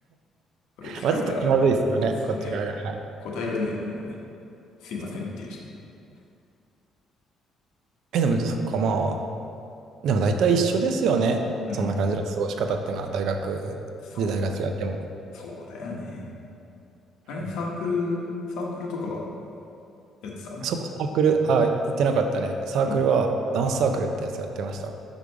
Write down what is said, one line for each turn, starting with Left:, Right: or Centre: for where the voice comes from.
Left: これ聞かれたらね、
Right: まあちょっと気まずいですよね、
Left: そうね、
Right: こっち側が。はい。
Left: 答えられないよね、もうね。すいませんっていうし。
Right: ですよねえ、でも、そっか、まあ、でも大体一緒ですよね。
Left: うん、
Right: そんな感じの過ごし方っていうのは、大学時代が違っても。
Left: そう、そうだよね。
Right: はい
Left: あれ、サークル、サークルとかはやってたの
Right: そう、サークル、あ、言ってなかったね。サークルは、
Left: うん
Right: ダンスサークルってやつやってました。